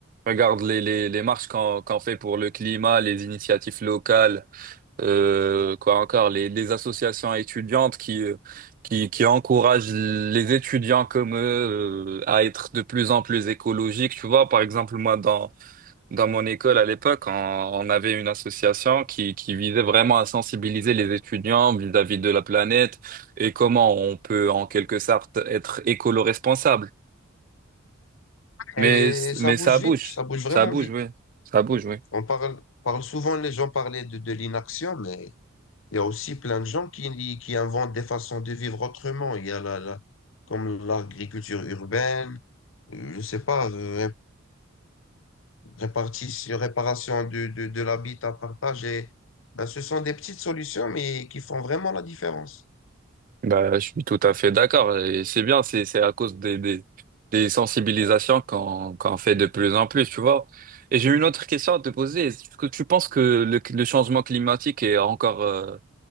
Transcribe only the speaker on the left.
Et
ça bouge
vite, ça bouge vraiment
vite.
On parle, parle souvent, les gens parlaient de, de l'inaction, mais Il y a aussi plein de gens qui, qui inventent des façons de vivre autrement. Il y a la, la- comme l'agriculture urbaine, euh, je sais pas, euh, ré- répartition, réparation de, de, de l'habitat partagé. Ben, ce sont des petites solutions, mais qui font vraiment la différence.